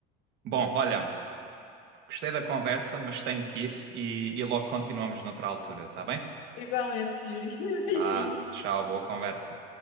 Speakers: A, on the right; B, on the left.
A: Bom, olha, gostei da conversa, mas tenho que ir e, e logo continuamos noutra altura, tá bem?
B: Igualmente, Yuri. <laughs> Beijinhos.
A: Vá, tchau, boa conversa.